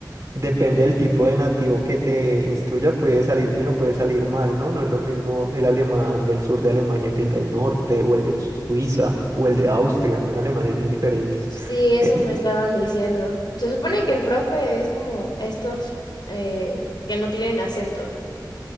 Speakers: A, on the right; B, on the left.
A: Depende del tipo de nativo que te instruya, puede salir bien o puede salir mal, ¿no? No es lo mismo el alemán del sur de Alemania que el del norte, o el de Suiza, o el de Austria, son alemanes bien diferentes.
B: Sí, eso
A: Eh,
B: me estaban diciendo. Se supone que el profe es como estos eh, que no tienen acento,